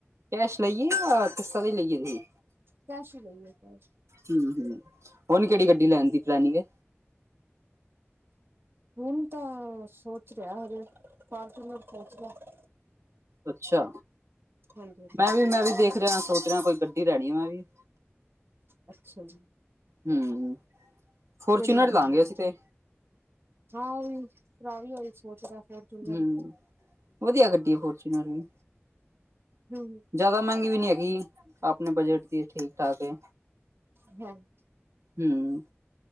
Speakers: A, on the right; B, on the right.
A: ਕੈਸ਼ ਲਈ ਜਾਂ ਕਿਸ਼ਤਾਂ ਤੇ ਲਈਏ ਤੁਸੀਂ
B: ਕੈਸ਼ ਹੀ ਲਈਏ ਕੈਸ਼
A: ਹੂੰ, ਹੂੰ ਹੁਣ ਕਿਹੜੀ ਗੱਡੀ ਲੈਣ ਦੀ ਪਲੈਨਿੰਗ ਐ
B: ਹੁਣ ਤਾਂ ਸੋਚ ਰਹੇ ਹਜੇ ਫਾਰਚੂਨਰ ਸੋਚ ਰਹੇ
A: ਅੱਛਾ
B: ਹਾਂਜੀ ਹਾਂਜੀ।
A: ਮੈਂ ਵੀ ਮੈਂ ਵੀ ਦੇਖ ਰਿਹਾ ਸੋਚ ਰਿਹਾ ਕੋਈ ਗੱਡੀ ਲੈਣੀ ਮੈਂ ਵੀ
B: ਅੱਛਾ ਜੀ
A: ਹਮ ਫੋਰਚੂਨਰ
B: ਕਿਹੜੀ ਲੈਣੀ
A: ਲਾਂਗੇ
B: ਆ
A: ਅਸੀਂ ਤੇ
B: ਹਾਂ ਇਹੀ ਭਰਾ ਵੀ ਉਹੀ ਸੋਚਦਾ ਫੋਰਚੂਨਰ
A: ਹਮ ਵਧੀਆ ਗੱਡੀ ਫੋਰਚੂਨਰ ਵੀ
B: ਹਮ
A: ਜ਼ਿਆਦਾ ਮਹਿੰਗੀ ਵੀ ਨਹੀਂ ਹੈਗੀ ਆਪਣੇ ਬਜਟ ਦੀ ਹੈ ਠੀਕ -ਠਾਕ ਹੈ
B: ਹੈਲਥ
A: ਹਮ